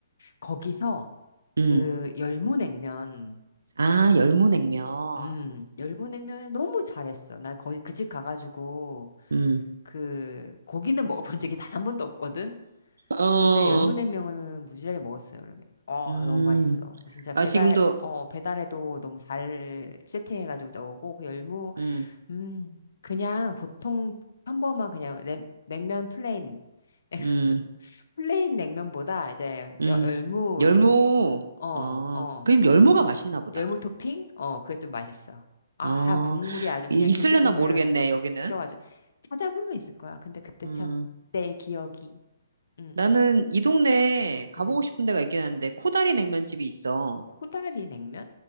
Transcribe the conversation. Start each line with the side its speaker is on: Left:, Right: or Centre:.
Left: 거기서
Right: 음.
Left: 그 열무냉면
Right: 아, 열무냉면.
Left: 음, 열무냉면을 너무 잘했어. 난 거의 그 집 가가지고
Right: 음,
Left: 그 고기는 먹어본 적이 단 한 번도 없거든.
Right: 어,
Left: 근데 열무냉면은 무지하게 먹었어요, 여름에. 어,
Right: 음.
Left: 너무 맛있어. 그 진짜 배달,
Right: 아, 지금도,
Left: 어, 배달해도 너무 잘 세팅해가지고 나오고 그 열무,
Right: 음,
Left: 음, 그냥 보통 평범한 그냥 냉, 냉면 플레인 <laughs>
Right: 음,
Left: 플레인 냉면보다 이제
Right: 음.
Left: 여- 열무
Right: 열무,
Left: 이제 좀 어,
Right: 어,
Left: 어.
Right: 그럼 열무가 맛있나 보다.
Left: 열무 토핑? 어, 그게 좀 맛있어. 아,
Right: 어,
Left: 국물이 아주 그냥
Right: 이- 있을래나
Left: 김치 국물이랑
Right: 모르겠네,
Left: 딱, 딱
Right: 여기는.
Left: 섞여가지고. 찾아보면 있을 거야. 근데 그때
Right: 음,
Left: 참, 그때의 기억이. 응,
Right: 나는 이 동네에 가보고
Left: 응.
Right: 싶은 데가 있긴 한데, 코다리 냉면집이 있어.
Left: 코다리 냉면?